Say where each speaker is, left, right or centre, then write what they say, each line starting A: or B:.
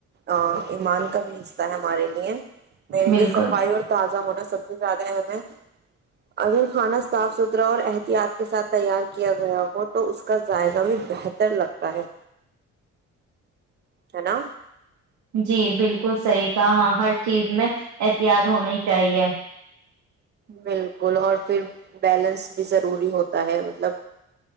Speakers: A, on the right; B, on the right.
A: ا ایمان کا بھی حصہ ہے ہمارے لیے میرے
B: بالکل
A: لیے صفائی اور تازہ ہونا سب سے زیادہ اہم ہے اگر کھانا صاف سوترا اور احتیاط کے ساتھ تیار کیا گیا ہو تو اسکا ذائقہ بھی بہتر لگتا ہے ہے نا
B: جی بالکل صحیح کہا ہر چیز میں احتیاط ہونی چاہیے
A: بالکل اور پھر بیلنس بھی ضروری ہوتا ہے مطلب